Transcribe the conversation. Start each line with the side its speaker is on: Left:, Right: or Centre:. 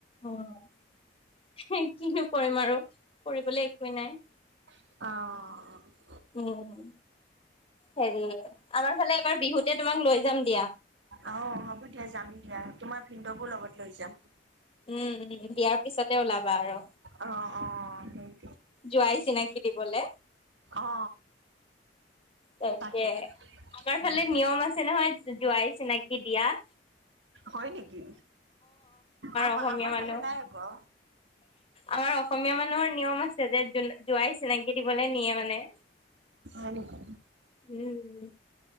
Left: অ', কিনো কৰিম আৰু কৰিবলে একোৱেই নাই।
Right: অহ।
Left: উম, হেৰি আমাৰ ফালে এবাৰ বিহুতে তোমাক লৈ যাম দিয়া।
Right: অ হ'ব দিয়া যাম দিয়া তোমাৰ ভিনদ'কো লগত লৈ যাম।
Left: উম, উম, বিয়াৰ পিছতে ওলাবা আৰু।
Right: অ অ', সে
Left: জোৱাই চিনাকি দিবলে।
Right: অ
Left: তাকে
Right: তাকেতো
Left: আমাৰ
Right: উম
Left: ফালে নিয়ম আছে নহয় জোৱাই চিনাকি দিয়া।
Right: হয় নেকি? আমাৰ
Left: অসমীয়া
Right: আমাৰ
Left: মানুহ
Right: ফালে নাই আকৌ।
Left: আমাৰ অসমীয়া মানুহৰ নিয়ম আছ যে জোৱাই চিনাকি দিবলৈ নিয়ে মানে।
Right: হয় নেকি?
Left: উম।